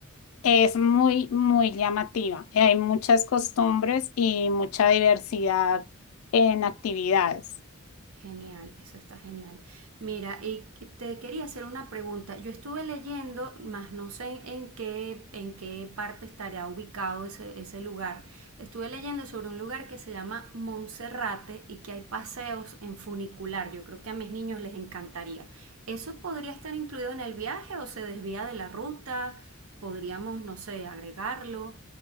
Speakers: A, on the left; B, on the right.
A: Es muy, muy llamativa. Hay muchas costumbres y mucha diversidad en actividades.
B: Genial, eso está genial. Mira, y te quería hacer una pregunta. Yo estuve leyendo, más no sé en qué, en qué parte estará ubicado ese, ese lugar. Estuve leyendo sobre un lugar que se llama Monserrate y que hay paseos en funicular. Yo creo que a mis niños les encantaría. ¿Eso podría estar incluido en el viaje o se desvía de la ruta? Podríamos, no sé, agregarlo.